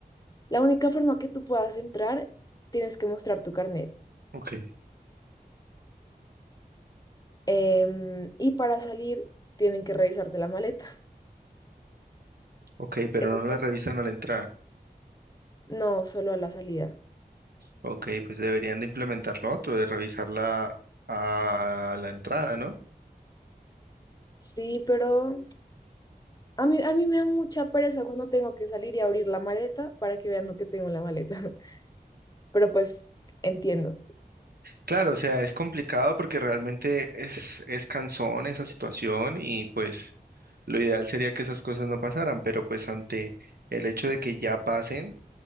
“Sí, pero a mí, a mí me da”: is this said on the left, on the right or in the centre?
Left